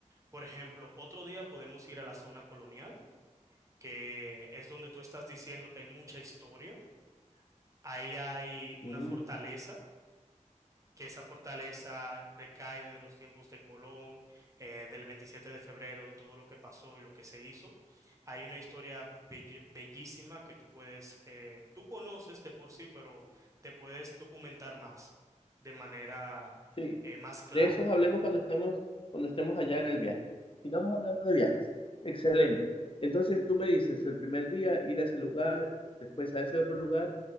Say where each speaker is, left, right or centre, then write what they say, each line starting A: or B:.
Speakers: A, on the right; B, on the left.
A: Por ejemplo, otro día podemos ir a la zona colonial, que es donde tú estás diciendo que hay mucha historia. Ahí hay una
B: Mm,
A: fortaleza que esa fortaleza recae de los tiempos de Colón, eh, del 27 de febrero, de todo lo que pasó y lo que se hizo. Hay una historia belli- bellísima que tú puedes, eh, tú conoces de por sí, pero te puedes documentar más, de manera
B: sí.
A: eh, más clara.
B: De esos hablemos cuando estemos, cuando estemos allá en el viaje. Sigamos hablando de viajes. Excelente. Entonces tú me dices, el primer día ir a ese lugar, después a ese otro lugar.